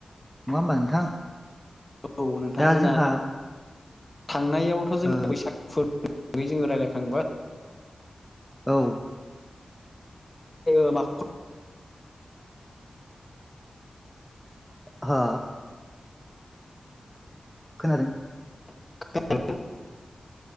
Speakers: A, in the centre; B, on the left.
A: नङा होमबा नोंथां
B: औ नोंथां
A: दा
B: जोंना
A: जोंहा
B: थांनायावथ' जोंना
A: ओ
B: बैसागु फोर <unintelligible> जोङो रायज्लायखांबा
A: औ
B: <unintelligible> मा
A: हो खोनादों
B: खोनादों ना